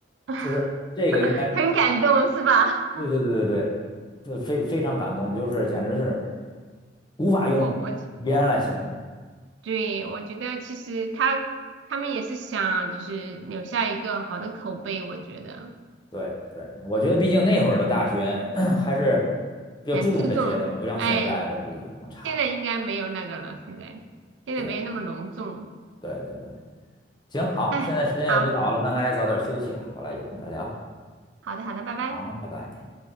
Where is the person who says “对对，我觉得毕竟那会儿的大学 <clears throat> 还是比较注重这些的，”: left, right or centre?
Left